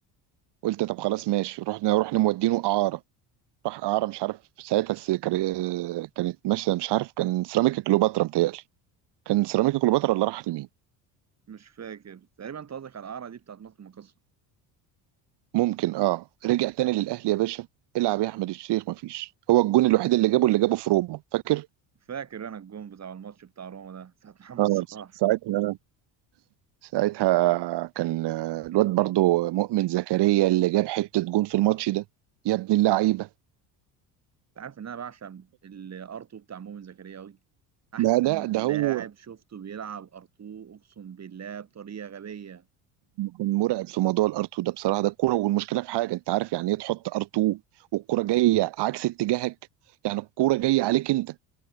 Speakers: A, on the right; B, on the right.
A: قلت طب خلاص ماشي رحنا رحنا مودينه اعاره راح اعاره مش عارف ساعتها الس- كان- كانت ماشيه مش عارف كان سيراميكا كليوباترا متهيألي كان سيراميكا كليوباترا ولا راح لمين
B: مش فاكر تقريبا انت قصدك على القرعه دي بتاعت مصر المقاصه
A: ممكن اه رجع تاني للاهلي يا باشا العب يا احمد الشيخ مفيش هو الجون الوحيد اللي جابه اللي جابه في روما فاكر
B: فاكر انا الجون بتاع الماتش بتاع روما ده ساعه <laughs> محمد
A: اه
B: صلاح
A: ساعتها ساعتها كان آه، الواد برضو مؤمن زكريا اللي جاب حته جون في الماتش ده يا ابن اللعيبه
B: انت عارف ان انا بعشق الارتو بتاع مؤمن زكريا قوي احسن
A: لا لا ده
B: لاعب
A: هو
B: شفته بيلعب ارتو اقسم بالله بطريقه غبيه
A: كان مرعب في موضوع الار 2 ده بصراحه ده الكوره والمشكله في حاجه انت عارف يعني ايه تحط ار 2 والكوره جايه عكس اتجاهك يعني الكوره جايه عليك انت